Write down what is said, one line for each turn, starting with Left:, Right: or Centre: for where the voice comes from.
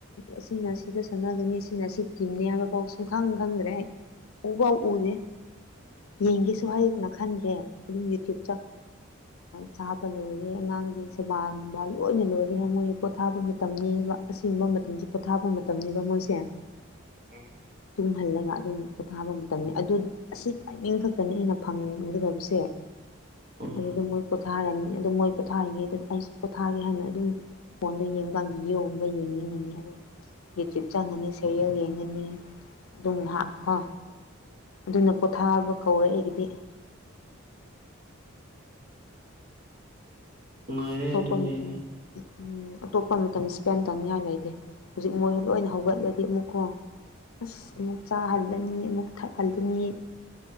Left: ꯑꯁꯤꯅ ꯁꯤꯗ ꯁꯥꯟꯅꯒꯅꯤ ꯁꯤꯅ ꯁꯤ ꯅꯤ ꯍꯥꯏꯕ ꯐꯥꯎ ꯁꯨꯡ ꯈꯪ ꯈꯪꯗ꯭ꯔꯦ ꯎ ꯄꯥꯎ ꯎꯗꯦ ꯌꯦꯡꯒꯦꯁꯨ
Right: ꯎꯝ
Left: ꯍꯥꯏ ꯈꯟꯗ꯭ꯔꯦ ꯌꯨꯝꯒꯤ ꯆꯨꯞ ꯆꯥꯞ ꯆꯥꯕ ꯂꯣꯏꯔꯦ ꯑꯉꯥꯡꯒꯤ ꯁꯦꯕꯥ ꯅꯨꯡꯕꯥ ꯂꯣꯏ ꯂꯣꯏꯅ ꯂꯣꯏꯔꯦꯒ ꯃꯣꯏ ꯄꯣꯊꯥꯕ ꯃꯇꯝꯅꯤ ꯑꯁꯦꯡꯕ ꯃꯇꯝꯁꯤ ꯄꯣꯊꯥꯕ ꯃꯇꯝꯅꯦꯕ ꯃꯣꯏꯁꯦ
Right: ꯎꯝ
Left: ꯇꯨꯝꯍꯜꯂꯒ ꯑꯗꯨꯝ ꯄꯣꯊꯥꯕ ꯃꯇꯝꯅꯤ ꯑꯗꯨ ꯑꯁꯤ ꯇꯥꯏꯃꯤꯡ ꯈꯛꯇꯅꯤ ꯑꯩꯅ ꯐꯪꯒꯗꯕꯁꯦ
Right: ꯎꯝ,
Left: ꯑꯗꯨꯗ ꯃꯣꯏ ꯄꯣꯊꯥꯔꯅꯤ ꯑꯗꯨꯝ ꯃꯣꯏ ꯄꯣꯊꯥꯔꯤꯉꯩꯗ ꯑꯩꯁꯨ ꯊꯥꯒꯦ ꯍꯥꯏꯅ ꯑꯗꯨꯝ ꯐꯣꯟꯗ ꯌꯦꯡꯕꯀꯥꯟ ꯚꯤꯗꯤꯑꯣꯒꯨꯝꯕ ꯌꯦꯡꯅꯤꯡꯉꯅꯤ ꯑꯗꯨꯝ ꯌꯦꯇꯌꯨꯞ ꯆꯪꯉꯅꯤ ꯁꯦꯔꯌꯦꯜ ꯌꯦꯡꯉꯅꯤ ꯑꯗꯨꯝ ꯉꯥꯍꯥꯛꯀꯣ ꯑꯗꯨꯅ ꯄꯣꯊꯥꯕ ꯀꯧꯔꯛꯏ ꯑꯩꯒꯤꯗꯤ
Right: ꯅꯨꯡꯉꯥꯏꯔꯦ
Left: ꯑꯇꯣꯞꯄ
Right: ꯑꯗꯨꯒꯤꯅꯦ
Left: ꯃꯇꯝ ꯎꯝ ꯑꯇꯣꯞꯄ ꯃꯇꯝ ꯏꯁꯄꯦꯟ ꯇꯧꯅꯤꯡꯉꯥꯏ ꯂꯩꯇꯦ ꯍꯧꯖꯤꯛ ꯃꯣꯏꯁꯨ ꯂꯣꯏꯅ
Right: ꯎꯝ
Left: ꯍꯧꯒꯠꯂꯗꯤ ꯑꯃꯨꯛꯀꯣ ꯑꯁ
Right: ꯎꯝ
Left: ꯑꯃꯨꯛ ꯆꯥꯍꯜꯂꯅꯤ ꯑꯃꯨꯛ ꯊꯛꯍꯜꯂꯅꯤ